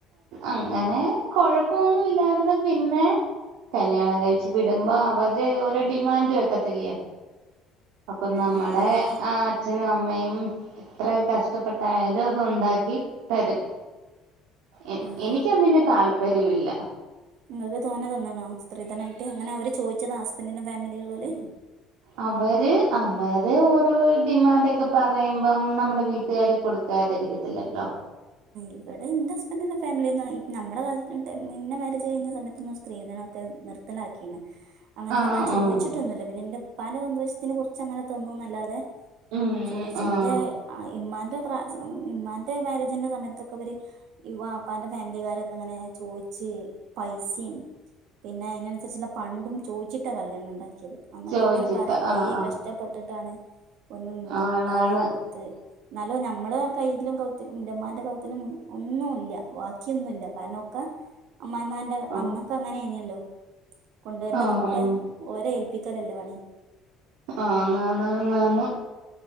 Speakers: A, on the right; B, on the right.
A: അങ്ങനെ കൊഴ പ്പോന്നുല്ലായിരുന്നു പിന്നെ കല്ല്യാണം കഴിച്ച് വിടുമ്പോ അവര് ഓരോ ഡിമാൻഡ് വെക്കത്തില്ലെയോ അപ്പൊ നമ്മടെ
B: ഉം ഉം
A: ആ അച്ഛനും അമ്മയും ഇത്രേം കഷ്ടപ്പെട് ട്ടായാലും അത് ഉണ്ടാക്കി തരും എന
B: ഉം
A: എനിക്കതിന് താല്പര്യവില്ല
B: ഇങ്ങക്ക് തോന തന്ന്ണോ സ്ത്രീധനായിട്ട് അങ്ങനെ അവര് ചോയ്ച്ചതാ ഹസ്ബൻറിന്റെ ഫാമിലീലിള്ളോല്
A: അവര് അവര് ഓരോ ഡിമാൻഡ ഒക്കെ പറയുമ്പം നമ്മുടെ വീട്ടുകാര് കൊടു ക്കാതിരിക്കത്തില്ലല്ലോ
B: ഇവിടെ ഇന്റെ ഹസ്ബൻഡിന്റെ ഫാമിലീന്നാ ഇ നമ്മടെ കാലംന്നൊട്ട് മാരേജ് കഴിഞ്ഞ സമയത്തൊന്നും സ്ത്രീധനംക്കെ നിർ ത്തിലാക്കീന് അങ്ങനെ
A: ആഹ്
B: വല്ലാ ചോയ്ച്ട്ട്
A: ആഹ്
B: റ്റൊന്നുല്ല പിന്നെ ന്റെ ഉപ്പാന്റെ സന്തോഷത്തിന് കൊറച്ച് അങ്ങനെ തന്നുന്നല്ലാതെ
A: ഉം
B: ചോയ്ച്ചു
A: ആഹ്
B: ഇന്റെ ഇമ്മാന്റെ പ്രാ ഇമ്മാന്റെ മാരേജിന്റെ സമയത്തൊക്കെ ഇവര് ഈ വാപ്പാന്റെ ഫാമിലിക്കാരൊക്കെ ഇങ്ങനെ ചോയ്ച്ച് പൈസിം പിന്നെ അയ്നൻസരിച്ച്ള്ള പണ്ടാെം ചോയ്ച്ചിട്ടാ കല്ല്യാണം ഇണ്ടാക്കിയത് അന്നൊക്കെ
A: ചോയിച്ചിട്ട്
B: ഇങ്ങനെ പറയാ കൊറെ
A: ആഹ് ആഹ്
B: കഷ് ടപ്പെട്ടിട്ടാണ് പൊന്നും ഇതും
A: ആണാണ്
B: ഇണ്ടാക്കി കൊടുത്ത് ന്നാലോ മ്മളെ കയ്യിലും കൗത്തില ന്റെമാന്റെ കൗത്തിലും ഒന്നുല്ല വാ ക്ക്യാെന്നുല്ല കാരണം ഒക്കെ അമ്മായിമാന്റെ
A: ആഹ്
B: അന്നൊക്കെ അങ്ങനെയ്നല്ലോ കൊണ്ട് വര്ണതൊക്കെ
A: ആഹ്
B: ഓലെ ഏൽപ്പിക്കലല്ലേ പണി
A: ആന്ന് ആന്ന് ആന്ന് ആന്ന്